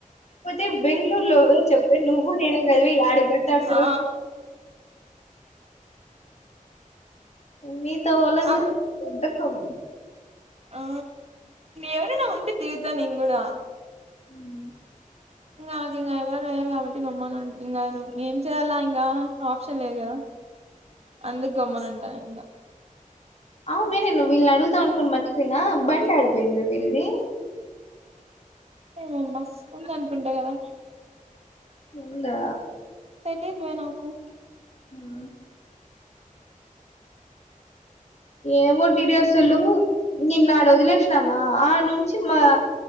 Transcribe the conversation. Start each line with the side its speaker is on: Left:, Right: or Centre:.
Left: తె బెంగళూరు లో చెప్పె నువ్వు నేను గదివి యాడికి పడితే ఆడికి తిరుగు
Right: ఆ
Left: మీతోవోలందరికి
Right: అప్పు
Left: బద్దకం.
Right: ఆ ఎవరైనా ఉంటే తిగుతా నేను కూడా.
Left: మ్,
Right: నాకు ఇంకా ఎవ్వరు లేరు కాబట్టి గమ్మనింగారు ఏం చేయ్యాలా ఇంకా ఆప్షన్ లేదు కదా. అందుక్ గమ్మునుంట ఇంగ
Left: అవును నేనె వీళ్ళ అడుగుతావనుకుని మర్చిపోయినా బండి ఎడిపోయిందే వీళ్ది.
Right: ఏమ్మా ఉందనుకుంటా కదా
Left: ఉందా.
Right: తెలిదువే నాకు.
Left: మ్,
Right: <inaudible>
Left: ఏమో డీటెల్సు తెలివు నిన్ను అడ వదిలేసినామా ఆ నుంచి మా